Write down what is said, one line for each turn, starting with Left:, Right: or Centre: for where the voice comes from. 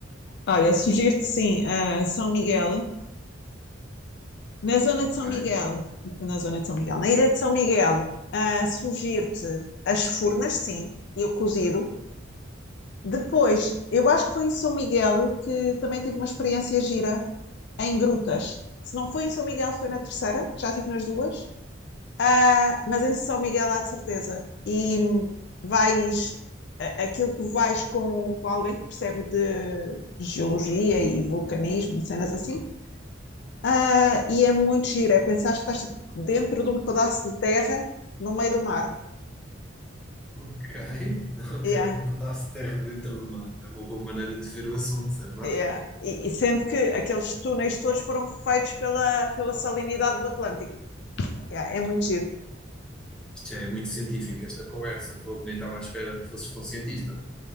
Left: Olha, sugiro-te sim, ah, São Miguel. Na zona
Centre: Ok,
Left: de São Miguel, na zona de São Miguel, na ilha de São Miguel, ah, sugiro-te as Furnas, sim, e o cozido. Depois, eu acho que foi em São Miguel que também tive uma experiência gira em grutas. Se não foi em São Miguel, foi na terceira, já tive nas duas, Ah, mas em São Miguel há de certeza. E vais, a- aquilo tu vais com, com alguém que percebe de geologia e vulcanismo, e cenas assim, Ah, e é muito giro, é pensar que estás dentro de um pedaço de terra no meio do mar.
Centre: ok, <laughs> ok.
Left: Yeah.
Centre: Um pedaço de terra dentro do mar. É uma boa maneira de ver o assunto, é verdade.
Left: É, e, e sendo que aqueles túneis todos foram feitos pela, pela salinidade do Atlântico. É, é muito giro.
Centre: Isto já é muito científico, esta conversa. Fogo, nem estava à espera que fosses tão cientista.